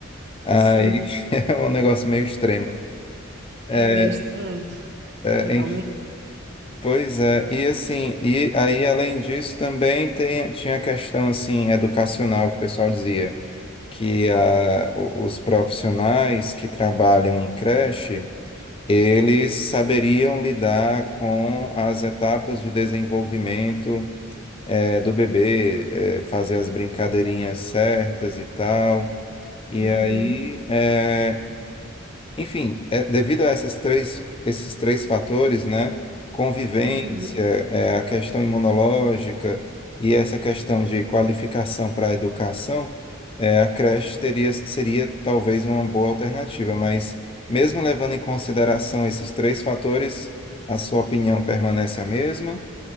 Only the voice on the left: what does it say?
Aí
<laughs> é um negócio meio extremo. É,
é,
Pois é, e assim, e aí além disso também tem, tinha a questão assim educacional que o pessoal dizia que ah, o- os profissionais que trabalham em creche, eles saberiam lidar com as etapas de desenvolvimento eh, do bebê, eh, fazer as brincadeirinhas certas e tal. E
aí eh, enfim, é, devido a essas três, esses três fatores, né? Convivência,
é, a questão imunológica e essa questão de qualificação para a educação, é, a creche teria, seria talvez uma boa alternativa, mas mesmo levando em consideração esses três fatores, a sua opinião permanece a mesma?